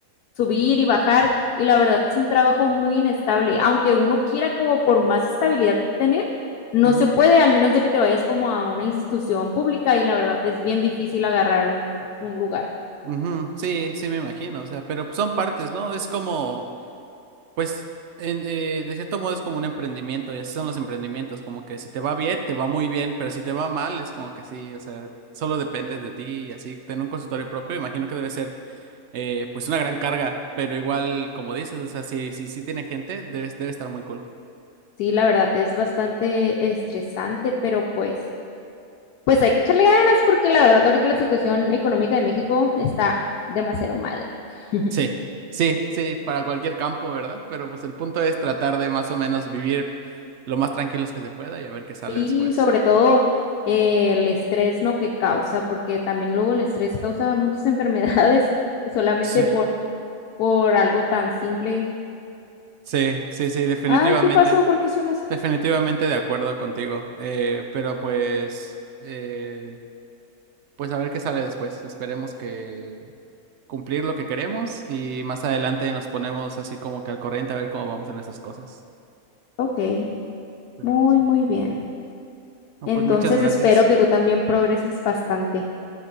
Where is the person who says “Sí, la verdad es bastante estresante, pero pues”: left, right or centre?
Left